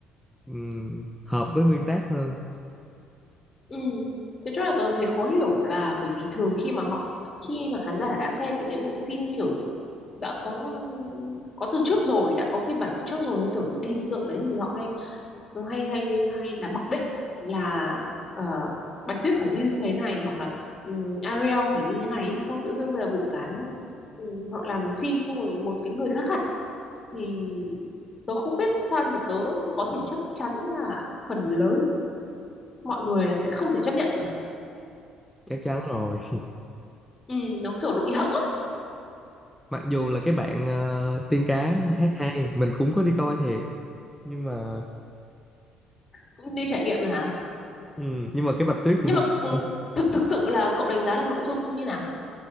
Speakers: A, in the centre; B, on the left (about 30°).
A: ừm, hợp với nguyên tác hơn
B: Ừ. Thế cho là tớ thấy khó hiểu là bởi vì thường khi mà họ khi mà khán giả đã xem những cái bộ phim kiểu đã có có từ trước rồi, đã có phiên bản từ trước rồi như kiểu những cái hình tượng đấy thì họ hay nó hay hay hay là mặc định là ờ, Bạch Tuyết phải như thế này hoặc là um, Ariel phải như thế này ấy. xong tự dưng bây giờ một cái ừ, họ làm phim xong rồi một cái người khác hẳn thì tớ không biết sao nhưng mà tớ có thể chắc chắn là phần lớn mọi người là sẽ không thể chấp nhận được
A: chắc chắn rồi
B: ừ, nó kiểu nó bị hẫng á
A: mặc dù là cái bạn ờ, tiên cá hát hay mình cũng có đi coi thiệt nhưng mà
B: cũng đi trải nghiệm rồi hả
A: ừ, nhưng mà cái Bạch Tuyết
B: nhưng
A: thì không
B: mà ừ,
A: thôi.
B: thực thực sự là cậu đánh giá là nội dung như nào